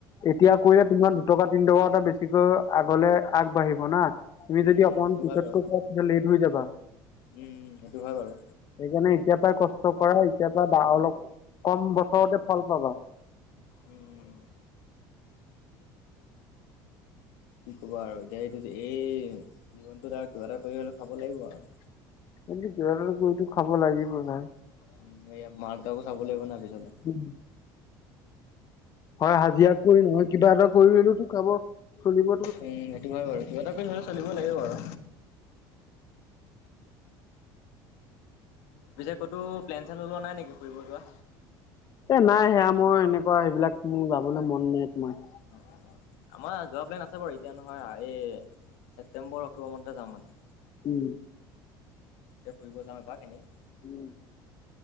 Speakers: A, on the left (about 40°); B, on the left (about 80°).
A: এতিয়া কৰিলে তোমাৰ দুটকা, তিন টকা এটা বেছিকৈ আগলে আগবাঢ়িব না। তুমি
B: উম
A: যদি অকমান
B: সেইটো
A: পিছতকৈ
B: হয় বাৰু
A: কৰা তেতিয়া লেট হৈ যাবা।
B: উম সেইটো হয় বাৰু।
A: সেইকাৰণে এতিয়া পাই কষ্ট কৰা। এতিয়া পা বা অলপ কম বছৰতে ফল পাবা।
B: উম, উম, উম। কি ক'বা আৰু এতিয়া এইটো এই জীৱনটোত আৰু কিবা এটা কৰি হ'লে খাব লাগিব আৰু।
A: কিন্তু কিবা এটাটো কৰি খাব লাগিবই ভাই।
B: উম, এয়া মা- দেতাকো চাব লাগিব না পিছলে।
A: উম। হয় হাজিৰা কৰি নহয় কিবা এটা কৰি হলেওটো খাব, চলিব
B: উম, সেইটো হয় বাৰু। কিবা এটা কৰি হ'লেও চলিব লাগিব আৰু। পিছে ক'তো প্লেন-শ্লেন ওলোৱা নাই নেকি ফুৰিব যোৱা?
A: এ, নাই সেয়া মই এনেকুৱা সেইবিলাক মোৰ যাবলে মন নাই তোমাৰ।
B: অ, অ, অ। আমাৰ যোৱা প্লেন আছে বাৰু। এতিয়া নহয় আ এই ছেপ্টেম্বৰ, অক্টোবৰ মানতহে যাম মানে।
A: উম।
B: তে ফুৰিব যাম এপাক এনেই।
A: উম।